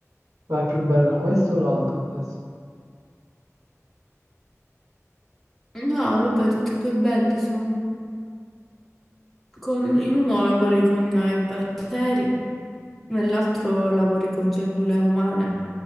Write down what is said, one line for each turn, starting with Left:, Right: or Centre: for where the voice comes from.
Right: Ma è più bello questo o l'altro adesso?
Centre: No, vabbè, tutti e due belli sono. Con- in uno lavori con eh, i batteri, nell'altro lavori con cellule umane.